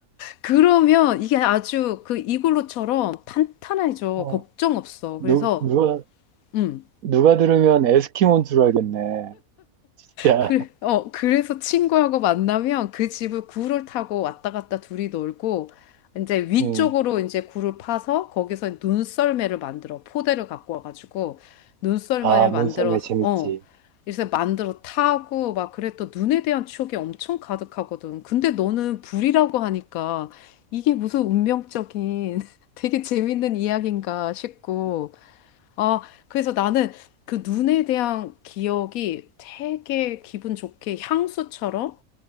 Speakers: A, on the left; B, on the right.
A: 그러면 이게 아주 그 이글루처럼 탄탄해져.
B: 어,
A: 걱정 없어.
B: 누,
A: 그래서,
B: 누가,
A: 음,
B: 누가 들으면 에스키모인 줄 알겠네. 진짜.
A: 그, 어, 그래서 친구하고 만나면 그 집을 구를 타고 왔다 갔다 둘이 놀고 이제 위쪽으로
B: 응.
A: 이제 구를 파서 거기서 눈썰매를 만들어 포대를 갖고 와가지고 눈썰매를
B: 아,
A: 만들어서
B: 눈썰매 재밌지.
A: 어 그래서 만들어 타고 막 그래 또 눈에 대한 추억이 엄청 가득하거든. 근데 너는 불이라고 하니까 이게 무슨 운명적인 <laughs> 되게 재밌는 이야기인가 싶고 아, 그래서 나는 그 눈에 대한 기억이 되게 기분 좋게 향수처럼